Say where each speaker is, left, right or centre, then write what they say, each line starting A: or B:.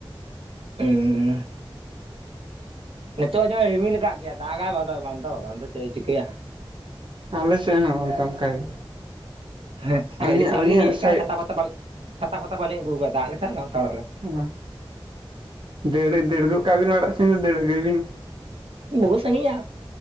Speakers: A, on the right (about 80°); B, on the right (about 55°).
A: ᱩᱸᱻ ᱱᱤᱛᱚᱜ ᱡᱟᱦᱟᱸᱭ ᱨᱤᱢᱤᱞ ᱟᱠᱟᱫ ᱜᱮᱭᱟ ᱫᱟᱜᱟᱭ ᱵᱟᱝ ᱫᱚ ᱵᱟᱝᱫᱚ ᱪᱮᱫ ᱮ ᱪᱤᱠᱟᱹᱭᱟ ᱦᱟᱜ,
B: ᱟᱞᱮ ᱥᱮᱫ ᱦᱚᱸ, ᱚᱱᱠᱟ ᱚᱱᱠᱟ ᱜᱮ
A: ᱦᱮᱸ,
B: ᱟᱹᱞᱤᱧᱟᱜ
A: ᱦᱮᱸ ᱟᱹᱰᱤ ᱥᱟᱺᱜᱤᱧ
B: ᱟᱹᱞᱤᱧᱟᱜ
A: ᱞᱤᱧ ᱦᱮᱡ ᱟᱠᱟᱱᱟ
B: ᱥᱟᱭᱤᱰ
A: ᱪᱷᱟᱛᱟ ᱯᱟᱛᱟ ᱵᱟᱞᱼᱼ ᱪᱷᱟᱛᱟ ᱯᱷᱟᱛᱟ ᱵᱟᱞᱤᱧ ᱟᱹᱜᱩ ᱠᱟᱫᱟ ᱫᱟᱜ ᱞᱮᱠᱷᱟᱱ ᱞᱚᱦᱚᱫ ᱥᱟᱲᱚᱜ ᱟᱞᱤᱧ᱾
B: ᱚ ᱫᱟᱹᱲ ᱫᱟᱹᱲᱜᱚᱜ ᱠᱟᱜ ᱵᱤᱱ ᱚᱲᱟᱜ ᱥᱮᱱ ᱫᱚ ᱫᱟᱹᱲ ᱟᱹᱜᱩᱭ ᱵᱤᱱ᱾
A: ᱵᱚᱦᱩ ᱥᱟᱺᱜᱤᱧᱟ